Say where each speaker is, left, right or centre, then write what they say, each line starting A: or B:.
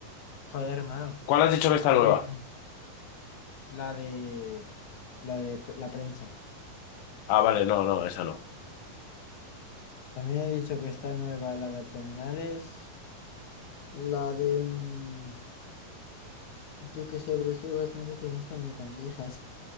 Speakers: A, on the left (about 60°); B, on the left (about 80°).
A: Joder, hermano.
B: ¿Cuál has dicho que está nueva?
A: Em, la de. La de p- la prensa.
B: Ah, vale, no, no, esa no.
A: También he dicho que está nueva la de abdominales. La de. mm, Yo qué sé, pero es que hay bastantes que no están ni tan viejas.